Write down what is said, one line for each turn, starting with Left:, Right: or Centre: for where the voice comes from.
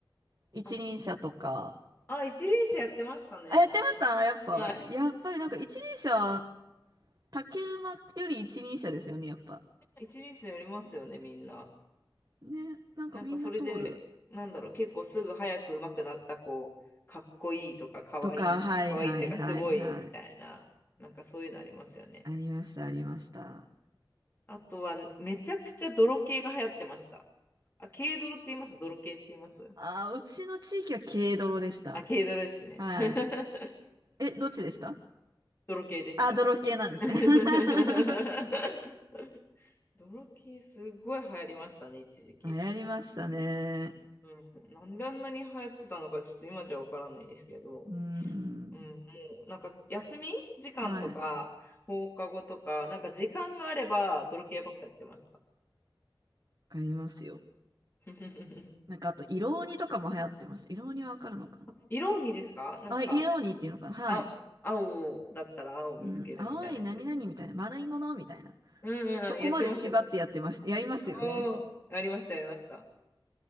Right: 一輪車とか。
Left: あ、そう。あ、一輪車やってましたね。
Right: あ、やってましたやっぱ、
Left: はい。
Right: やっぱりなんか一輪車、竹馬より一輪車ですよね、やっぱ。
Left: 一輪車やりますよね、みんな。
Right: ね、なんかみんな通る。
Left: なんかそれで、なんだろう、結構すぐ早く上手くなった子、かっこいいとか、かわいい、
Right: とか、
Left: かわいいっていうか、
Right: はいはいはいはい。
Left: すごいみたいな、なんかそういうのありますよね。
Right: ありました、ありました。
Left: あとは、めちゃくちゃ泥系が流行ってました。あ、軽泥って言います泥系って言います
Right: あー、うちの地域は軽泥でした。
Left: あ、軽ドラですね。
Right: はい。
Left: <laughs>
Right: え、どっちでした
Left: 泥系でした。
Right: あ、泥系なんですね。
Left: <laughs>
Right: <laughs>
Left: 泥系すごい流行りましたね、一時期。
Right: 流行りましたね。
Left: うん、なんであんなに流行ってたのか、ちょっと今じゃわからないですけど、
Right: うーん。
Left: うん、もうなんか休み時間とか放課後とか、
Right: はい。わ
Left: なんか時間があれば泥系ばっかやってました。
Right: かりますよ。
Left: <laughs>
Right: なんかあと、色鬼とかも流行ってました。色鬼はわかるのか
Left: 色鬼ですかなんか、
Right: なあ、色鬼っていうのかなはい。
Left: あ、青だったら青を見つけるみたいなやつですね。
Right: うん。青い何々みたいな、丸いものみたいな。
Left: うんうんうん、
Right: そこまで縛ってやってました。
Left: やってましたよ。
Right: やりますよね。
Left: おーありました、ありました。